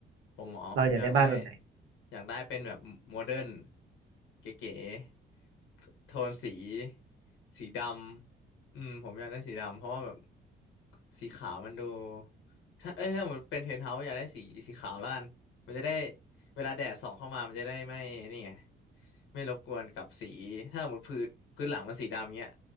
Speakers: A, on the left (about 85°); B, on the right (about 85°).
A: ผมอ๋อผมอยากได้
B: เราอยากได้บ้านแบบไหน
A: อยากได้เป็นแบบโมเดิร์นเก๋ๆโทนสีสีดำอืมผมอยากได้สีดำเพราะว่าแบบสีขาวมันดูถ้าเอ้ยถ้าเหมือนเป็นเทนเฮาส์อยากได้สีสีขาวแล้วกันมันจะได้เวลาแดดส่องเข้ามามันจะได้ไม่นี่ไงไม่รบกวนกับสีถ้าหมดพื้นพื้นหลังมันสีดำเงี้ย